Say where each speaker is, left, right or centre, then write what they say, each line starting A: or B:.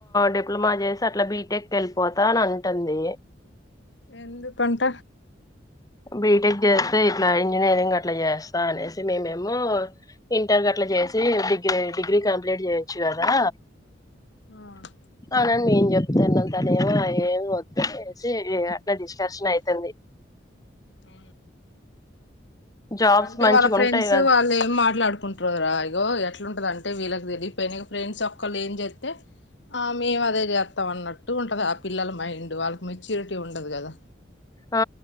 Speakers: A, on the left; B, on the left.
A: డిప్లొమా చేసి అట్లా బీటెక్ వెళ్ళిపోతా అని అంటుంది.
B: ఎందుకు అంట
A: బీటెక్ చేస్తే ఇట్లా ఇంజనీరింగ్ అట్లా చేస్తా అనేసి మేమేమో ఇంటర్ గట్లా చేసి డిగ్రీ డిగ్రీ కంప్లీట్ చేయొచ్చు గాదా
B: ఆ
A: అవునండి ఏం చెప్తన్నాన్ ఏమి ఏమి వద్దు ఆ ఈ అట్లా డిష్కర్షన్ అయి తంది
B: ఊ
A: జాబ్స్
B: అంటే
A: మంచిగా
B: వాళ్ళ ఫ్రెండ్స్
A: ఉంటాయి కదా
B: వాళ్ళు ఏం మాట్లాడుకుంటారు రా ఇగో ఎట్లుండదంటే అంటే వీళ్ళకి తెలిక పైన ఫ్రెండ్స్ ఒక్కళ్ళ ఏం చెప్తే ఆ మేము అదే చేస్తాం అన్నట్టు ఉంటది ఆ పిల్లల మైండ్ వాళ్ళకి మెచ్యూరిటీ ఉండదు కదా
A: ఆ